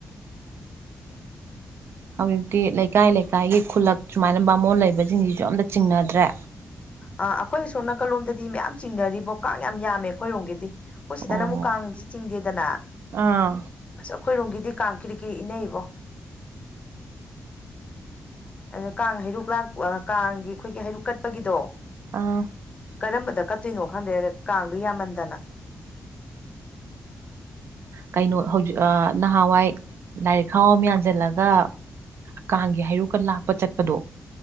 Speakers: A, on the right; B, on the left.
A: ꯍꯧꯖꯤꯛꯇꯤ ꯂꯩꯀꯥꯏ ꯂꯩꯀꯥꯏꯒꯤ ꯈꯨꯜꯂꯛ ꯁꯨꯃꯥꯏꯅ ꯕꯥꯃꯣꯟ ꯂꯩꯕꯁꯤꯡꯁꯤꯁꯨ ꯑꯝꯇ ꯆꯤꯡꯅꯗ꯭ꯔꯦ
B: ꯑꯥ ꯑꯩꯈꯣꯏ ꯑꯁꯣꯝ ꯅꯥꯀꯜꯂꯣꯝꯗꯗꯤ ꯃꯌꯥꯝ ꯆꯤꯡꯅꯔꯤꯕꯣ ꯀꯥꯡ ꯌꯥꯝ ꯌꯥꯝꯃꯦ ꯑꯩꯈꯣꯏꯔꯣꯝꯒꯤꯗꯤ ꯑꯩꯈꯣꯏ ꯁꯤꯗꯅ
A: ꯑꯣ
B: ꯃꯨꯛ ꯀꯥꯡꯁꯤ ꯆꯤꯡꯗꯦꯗꯅ
A: ꯑꯥ
B: ꯑꯁ ꯑꯩꯈꯣꯏꯔꯣꯝꯒꯤꯗꯤ ꯀꯥꯡ ꯀꯤꫪꯤ ꯀꯤꯔꯤ ꯏꯟꯅꯩꯏꯕꯣ ꯑꯣꯗꫭ ꯀꯥꯡ ꯍꯩꯔꯨꯛ ꯂꯥꯛ ꯑ ꯀꯥꯡꯒꯤ ꯑꯩꯈꯣꯏꯒꯤ ꯍꯩꯔꯨꯛ ꯀꯠꯄꯒꯤꯗꯣ
A: ꯑꯥ
B: ꯀꯔꯝꯕꯗ ꯀꯠꯇꯣꯏꯅꯣ ꯈꯪꯗꯦ ꯀꯥꯡꯗꯨ ꯌꯥꯝꯃꯟꯗꯅ
A: ꯀꯩꯅꯣ ꯍꯧꯖꯤꯛ ꯑ ꯅꯍꯥꯟꯋꯥꯏ ꯂꯥꯏꯔꯤꯛ ꯈꯥꯎ ꯑꯃ ꯌꯥꯟꯖꯤꯜꯂꯒ ꯀꯥꯡꯒꯤ ꯍꯥꯏꯔꯨꯛꯀ ꯂꯥꯛꯄ ꯆꯠꯄꯗꯣ